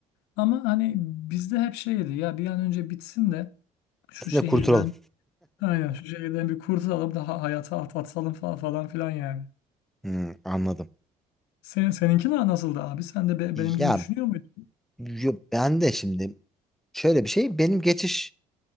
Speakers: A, on the left; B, in the centre.
A: Ama hani bizde hep şeydi ya bir an önce bitsin de şu
B: Siz
A: şehirden
B: de kurtulalım.
A: Aynen şu şehirden bir kurtulalım daha hayata at atsalım falan, falan filan yani.
B: Hı, anladım.
A: Senin, seninki na- nasıldı abi? Sen de be-
B: Ya
A: benim gibi düşünüyor muydun?
B: Yo, ben de şimdi şöyle bir şey benim geçiş